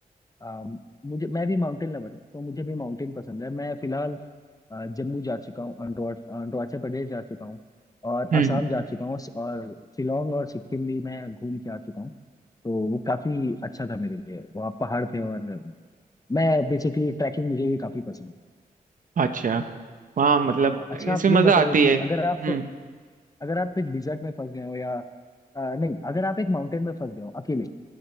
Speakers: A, on the left; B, on the right.
A: अम, मुझे मैं भी माउंटेन लवर हूँ तो मुझे भी माउंटेन पसंद है मैं फिलहाल अ, जम्मू जा चुका हूँ अरुणा- अरुणाचल प्रदेश जा चुका हूँ और
B: हम्म
A: असम जा चुका हूँ और शिलोंग और सिक्किम भी मैं घूम के आ चुका हूँ तो वो काफ़ी अच्छा था मेरे लिए वहाँ पहाड़ थे और मैं बेसिकली ट्रैकिंग मुझे भी काफ़ी पसंद
B: अच्छा हाँ मतलब
A: है अच्छा
B: इसमें
A: आप ये
B: मजा
A: बताइए
B: आती
A: कि
B: है हम्म
A: अगर आप अगर आप एक डिजर्ट में फंस गए हो या अ, नहीं अगर आप एक माउंटेन में फंस गए हो अकेले